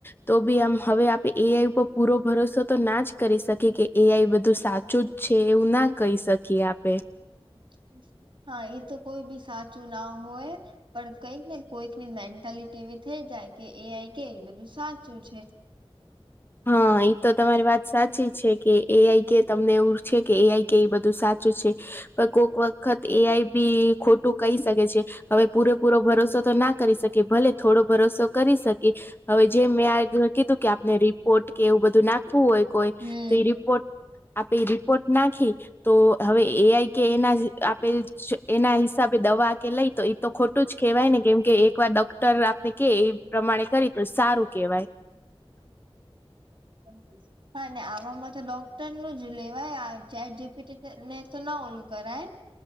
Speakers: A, on the left; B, on the right.
A: તો બી આમ હવે કે એ આઈ ઉપર પૂરો ભરોસો તો ના જ કરી શકે કે એ આઈ બધું સાચું જ છે એવું ના કહી શકે. કે આપડે.
B: <inaudible> હા એ તો કોઈ બી સાચું ના હોય પણ કંઈક ને કોઈક ની મેન્ટાલિટી એવી થઈ જાય કે એ આઈ કે બધું સાચું છે.
A: હા ઈ તો તમારી વાત સાચી છે કે એ આઈ કે તમને એવું છે કે એ આઈ કે એ બધું સાચું છે પણ કોક વાત વખત એ આઈ બી ખોટું કહી શકે છે. હવે પૂરેપૂરો ભરોસો તો ના કરી શકે ભલે થોડો ભરોસો કરી શકે. હવે જે મેં આ કીધું કે આપને રી રીપોર્ટ કે એવું બધું નાખવું હોય કોઈ
B: હમ
A: તો એ રિપોર્ટ આપડી રિપોર્ટ નાખી તો હવે એ આઈ કે એમાં જ આપેલ એના હિસાબે દવા કે લઈ તો ઈ તો ખોટું જ કહેવાય ને કેમ કે એકવાર ડોક્ટર આપને કેય પ્રમાણે કરયે તો સારું કેવાય.
B: હાજી સર. હા ને આવામાં તો ડોક્ટર નું જ લેવાય આ ચેટ જીપીટીને ના ઓલું કરાય.